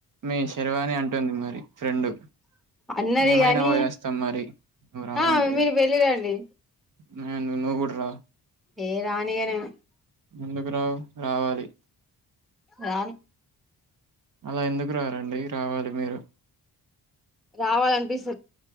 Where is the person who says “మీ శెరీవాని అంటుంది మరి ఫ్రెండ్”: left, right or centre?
Right